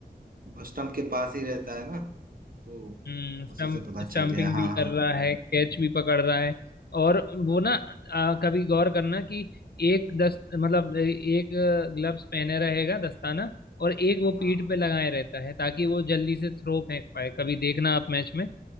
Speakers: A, on the right; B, on the left.
A: स्टंप के पास ही रहता है ना तो
B: हम्म स्टम्प
A: उसी से पता
B: स्टम्पिंग
A: चल गया
B: भी
A: हाँ हाँ
B: कर रहा है कैच भी पकड़ रहा है और वो ना आ, कभी गौर करना कि एक दस मतलब एक ग्लव्स पहने रहेगा दस्ताना और एक वो
A: हाँ
B: पीठ
A: हाँ
B: पे लगाए रहता है ताकि वो जल्दी से थ्रो फेंक पाए कभी देखना आप मैच में